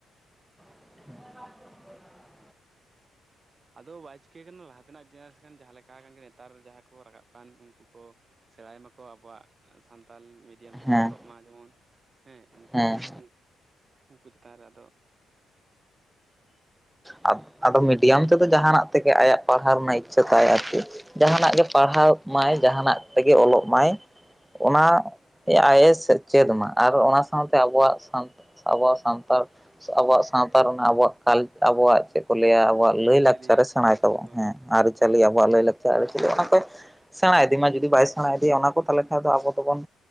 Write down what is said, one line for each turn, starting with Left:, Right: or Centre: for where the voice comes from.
Centre: <unintelligible>
Right: ᱟᱫᱚ ᱵᱟᱭ ᱪᱤᱠᱟᱹ ᱠᱟᱱᱟ ᱞᱟᱦᱟ ᱛᱮᱱᱟᱜ ᱡᱟᱸᱦᱟ ᱟᱠᱟᱱ ᱜᱮ ᱡᱟᱦᱟᱸ ᱞᱮᱠᱟ ᱠᱟᱱᱟ ᱱᱮᱛᱟᱨ ᱡᱟᱦᱟᱸᱭ ᱠᱚ ᱨᱟᱠᱟᱵ ᱠᱟᱱ ᱩᱱᱠᱩ ᱠᱚ ᱥᱮᱬᱟᱭ ᱢᱟᱠᱚ ᱟᱵᱚᱣᱟᱜ ᱥᱟᱱᱛᱟᱞ ᱢᱤᱫᱼᱼ ᱢᱤᱰᱤᱭᱟᱢ ᱛᱮᱠᱚ
Centre: ᱦᱮᱸ
Right: ᱚᱞᱚᱜ ᱢᱟ ᱡᱮᱢᱚᱱ ᱦᱮᱸ, ᱩᱱᱠᱩ
Centre: ᱦᱮᱸ
Right: ᱦᱚᱸ ᱩᱱᱠᱩ ᱪᱮᱛᱟᱱ ᱨᱮ ᱟᱫᱚ
Centre: ᱦᱩᱸᱟᱫ ᱟᱫᱚ ᱢᱤᱰᱤᱭᱟᱢ ᱛᱮᱫᱚ ᱡᱟᱦᱟᱸᱱᱟᱜ ᱛᱮᱜᱮ ᱟᱭᱟᱜ ᱯᱟᱲᱦᱟᱣ ᱨᱮᱱᱟᱜ ᱤᱪᱪᱷᱟᱹ ᱛᱟᱭ ᱟᱨᱠᱤ᱾ ᱡᱟᱦᱟᱸᱱᱟᱜ ᱜᱮ ᱯᱟᱲᱦᱟᱜ ᱢᱟᱭ ᱡᱟᱦᱟᱸᱱᱟᱜ ᱛᱮᱜᱮ ᱚᱞᱚᱜ ᱢᱟᱭ
Right: ᱦᱳᱭ
Centre: ᱚᱱᱟᱼᱼ ᱛᱮ ᱟᱭ ᱮ ᱪᱮᱫ ᱢᱟ ᱟᱨ ᱚᱱᱟ ᱥᱟᱶᱛᱮ ᱟᱵᱚᱣᱟᱜ ᱟᱵᱚᱣᱟᱜ ᱥᱟᱱᱛᱟᱲ ᱟᱵᱚᱣᱟᱜ ᱥᱟᱶᱛᱟ ᱨᱮᱱᱟᱜ ᱟᱵᱚᱣᱟᱜ ᱠᱟᱞ ᱟᱵᱚᱣᱟᱜ ᱪᱮᱫ ᱠᱚ ᱞᱟᱹᱭᱟ ᱟᱵᱚᱣᱟᱜ ᱞᱟᱹᱭ
Right: ᱟᱹᱨᱤᱪᱟᱹᱞᱤ
Centre: ᱞᱟᱠᱪᱟᱨᱮ ᱥᱮᱬᱟᱭ
Right: ᱦᱳᱭ
Centre: ᱛᱟᱵᱚᱱᱟ
Right: ᱦᱳᱭ
Centre: ᱦᱮᱸ ᱟᱹᱨᱤᱪᱟᱹᱞᱤ
Right: ᱦᱳᱭ
Centre: ᱟᱵᱚᱣᱟᱜ ᱞᱟᱹᱭ ᱞᱟᱠᱪᱟᱨ ᱟᱹᱨᱤᱪᱟᱹᱞᱤ ᱚᱱᱟ ᱠᱚ ᱥᱮᱬᱟ ᱤᱫᱤᱢᱟ ᱡᱩᱫᱤ ᱵᱟᱭ ᱥᱮᱬᱟ ᱤᱫᱤᱭᱟ ᱚᱱᱟ ᱠᱚ ᱛᱟᱦᱚᱞᱮ ᱠᱷᱟᱱ ᱫᱚ ᱟᱵᱚ ᱫᱚᱵᱚᱱ